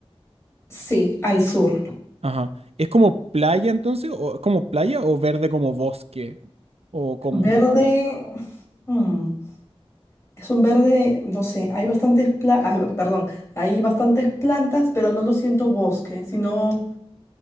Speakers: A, on the left; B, on the right.
A: Sí, al sur.
B: Ajá. ¿Es como playa entonces? ¿O es como playa o verde como bosque? ¿O como
A: Verde. mm, Es un verde, no sé, hay bastantes pla- ay, ba- perdón, hay bastantes plantas, pero no lo siento bosque, sino